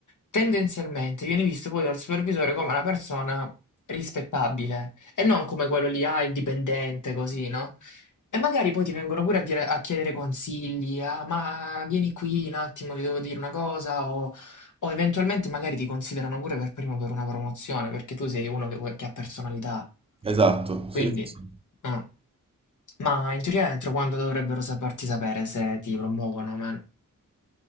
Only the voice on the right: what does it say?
Esatto,
sì. sì, sì.